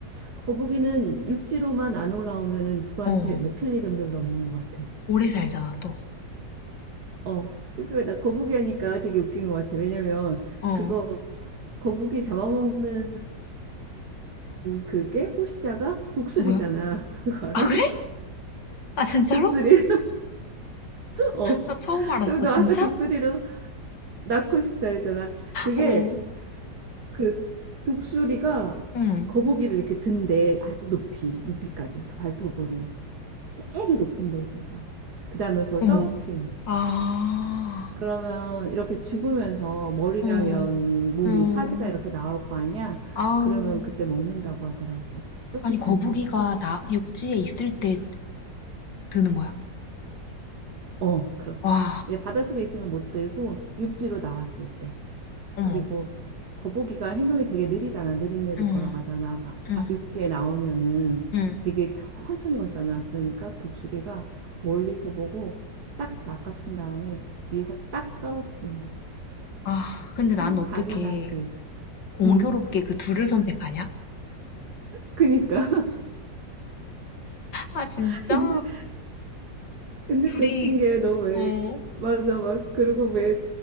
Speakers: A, on the right (about 60°); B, on the left (about 85°).
A: 거북이는 육지로만 안 올라오면은 누구한테
B: 어,
A: 먹힐 일은 별로 없는 것 같아.
B: 오래 살잖아 또.
A: 어, 그러니까 나 거북이 하니까 되게 웃긴 것 같아. 왜냐면
B: 어,
A: 그거 거북이 잡아먹는 그게 포식자가 독수리잖아.
B: 누구야?
A: <laughs> 그거 알아?
B: 아 그래? 아 진짜로?
A: 독수리. <laughs> 어.
B: 나 처음 알았어.
A: 또 너
B: 진짜?
A: 아까 독수리로 낳고 싶다 그랬잖아. 그게
B: 어,
A: 그 독수리가
B: 응.
A: 거북이를 이렇게 든대. 아주 높이, 높이까지. 그 발톱으로. 되게 높은 곳에서. 그다음에 그걸
B: 어머.
A: 떨어뜨린대.
B: 아,
A: 그러면 이렇게 죽으면서 머리랑
B: 어.
A: 이런 몸이
B: 음,
A: 사지가 이렇게 나올 거 아니야?
B: 아우,
A: 그러면 그때 먹는다고 하더라고. 조금
B: 아니, 거북이가
A: 잔인하다, 그치?
B: 나, 육지에 있을 때 드는 거야?
A: 어, 그렇대.
B: 와,
A: 이제 바닷속에 있으면 못 들고 육지로 나왔을 때.
B: 어머,
A: 그리고 거북이가 행동이 되게 느리잖아. 느릿느릿
B: 음,
A: 걸어가잖아. 바,
B: 음,
A: 바, 육지에 나오면은
B: 음.
A: 되게 천천히 걷잖아. 그러니까 독수리가 멀리서 보고 딱 낚아챈 다음에 위에서 딱 떨어뜨린대.
B: 아, 근데 난
A: 어,
B: 어떻게
A: 잔인하지.
B: 공교롭게
A: 응,
B: 그 둘을 선택하냐?
A: 그니까.
B: 아, 진짜?
A: <laughs> 근데 근데
B: 둘이,
A: 또 웃긴 게 너 왜
B: 어,
A: 맞아 막 그리고 왜